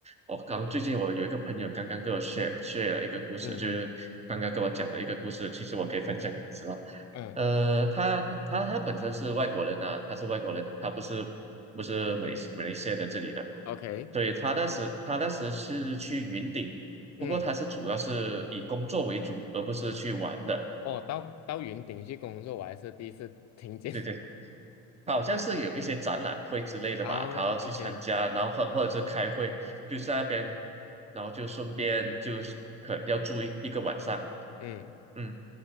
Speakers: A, on the right; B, on the left.
A: 我刚最近我有一个朋友刚刚跟我 share share 了一个故事，
B: 嗯
A: 就是刚刚跟我讲的一个故事，其实我可以分享给你知道。
B: 嗯
A: 呃，他他他本身是外国人啊，他是外国人，他不是不是马来西马来西亚的这里的，
B: ，OK，
A: 对，他那时他那时是去云顶，
B: 嗯，
A: 不过他是主要是以工作为主，而不是去玩的。
B: 哦，到到云顶去工作，我还是第一次听见
A: 对对
B: <laughs>
A: 好像是有一些展览会之类的吧，
B: 啊，OK，
A: 他要去参加，然后或或者是开会，就在那边，然后就顺便就是可能要住一一个晚上，
B: 嗯
A: 嗯。